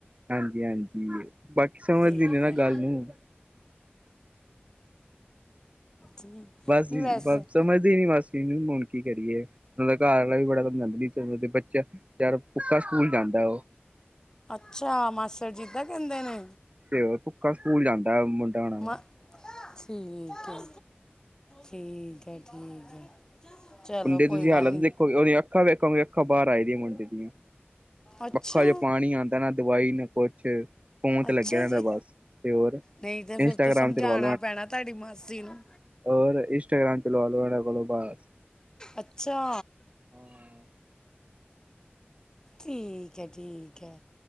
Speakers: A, on the right; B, on the left.
A: ਹਾਂਜੀ ਹਾਂਜੀ ਬਾਕੀ ਸਮਝਦੀ
B: ਠੀਕ
A: ਨੀ ਨਾ
B: ਹੈ
A: ਗੱਲ ਨੂੰ
B: ਠੀਕ
A: ਬਸ ਜੀ
B: ਨਹੀਂ ਵੈਸੇ
A: ਬਸ ਸਮਝਦੀ ਨੀ ਮਾਸੀ ਹੁਣ। ਕੀ ਕਰੀਏ ਓਂਦਾ ਘਰ ਆਲਾ ਵੀ ਬੜਾ ਸਮਝਾਦਾ ਵੀ ਛੋਟਾ ਬੱਚਾ ਭੁੱਖਾ ਸਕੂਲ ਜਾਂਦਾ ਓ
B: ਅੱਛਾ ਮਾਸੜ ਜੀ ਏਦਾਂ ਕਹਿੰਦੇ ਨੇ।
A: ਤੇ ਹੋਰ ਭੁੱਖਾ ਸਕੂਲ ਜਾਂ ਦਾ ਮੁੰਡਾ ਉਹਨਾਂ ਦਾ
B: ਮਾ ਠੀਕ ਹੈ। ਠੀਕ ਹੈ ਠੀਕ ਹੈ ਚਲੋ
A: ਮੁੰਡੇ
B: ਕੋਈ
A: ਦੀ ਤੁਸੀਂ
B: ਗੱਲ
A: ਹਾਲਤ
B: ਨਹੀਂ
A: ਦੇਖੋਗੇ ਉਹਦੀਆਂ ਅੱਖਾਂ ਵੇਖੋਗੇ ਅੱਖਾਂ ਬਾਹਰ ਆਈ ਦੀਆਂ ਮੁੰਡੇ ਦੀਆਂ
B: ਅੱਛਾ
A: ਅੱਖਾਂ ਜੋ ਪਾਣੀ ਆਂਦਾ ਨਾ ਦਵਾਈ ਨੂੰ ਕੁਛ ਫੋਨ ਤੇ
B: ਅੱਛਾ
A: ਲੱਗਿਆ ਰਹਿੰਦਾ
B: ਜੀ
A: ਬਸ ਤੇ ਹੋਰ
B: ਨਹੀਂ ਤੇ
A: ਇੰਸਟਾਗ੍ਰਾਮ
B: ਫਿਰ ਤੇ ਸਮਝਾਉਣਾ
A: ਚਲਵਾ
B: ਪੈਣਾ ਤੁਹਾਡੀ ਮਾਸੀ ਨੂੰ।
A: ਔਰ ਇੰਸਟਾਗ੍ਰਾਮ ਚਲਵਾ ਲੋ ਏਨਾ ਕੋਲੋ ਬੱਸ।
B: ਅੱਛਾ।
A: ਹਾਂ
B: ਠੀਕ ਹੈ, ਠੀਕ ਹੈ।